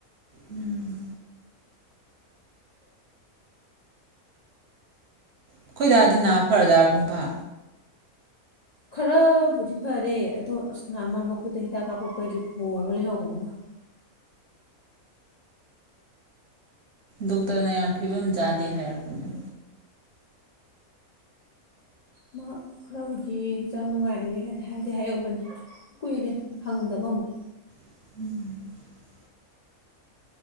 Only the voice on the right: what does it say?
ꯎꯝ ꯑꯩꯈꯣꯏꯗꯥꯗꯤ ꯅꯥ ꯐꯔꯖꯥꯠꯂꯥ ꯄꯨꯡꯐꯥ
ꯗꯣꯛꯇꯔꯅ ꯌꯥꯝ ꯐꯤꯕꯝ ꯆꯥꯗꯦ ꯍꯥꯏꯔꯛꯄꯅꯦ
<inaudible>